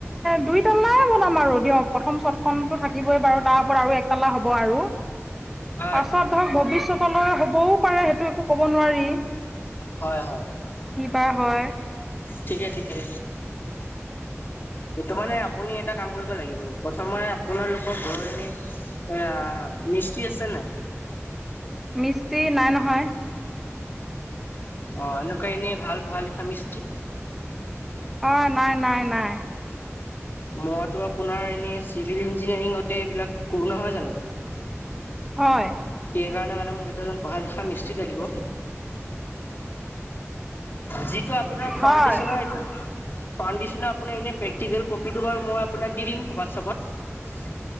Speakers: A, in the centre; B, on the left (about 45°).
A: দুই তাল্লাই বনাম আৰু দিয়ক। প্ৰথম চত প্ৰথমটো থাকিবই বাৰু। তাৰ ওপৰত আৰু একতালা হ'ব আৰু।
B: হয়।
A: পাছত টো ভৱিষ্যতলৈ হ'বও পাৰে। সেইটো একো ক'ব নোৱাৰি।
B: হয়, হয়।
A: কি বা হয়
B: ঠিকে, ঠিকে। এইটো মানে আপুনি এটা কাম কৰিব লাগিব। প্ৰথমে আপোনালোকৰ ঘৰত এনেই আ মিস্ত্ৰী আছে নে নাই?
A: মিস্ত্ৰী নাই নহয়।
B: অ এনেকুৱা এনে ভাল পঢ়া লিখা মিস্ত্ৰী।
A: অ নাই, নাই, নাই।
B: মইতো আপোনাৰ এনে চিভিল ইঞ্জিনিয়াৰিঙতে এইবিলাক কৰো নহয় জানো। <inaudible>
A: হয়।
B: কেই কাৰণ মানে মোক এজন পঢ়া লিখা মিস্ত্ৰী লাগিব। যি এইটো আপোনাৰ ফাউণ্ডডেচনৰ
A: হয়,
B: এইটো ফাউণ্ডডেচনৰ আপোনাৰ এনে প্ৰেক্টিকেল কপিটো বাৰু মই আপোনাক দি দিম হোৱাটছআপত।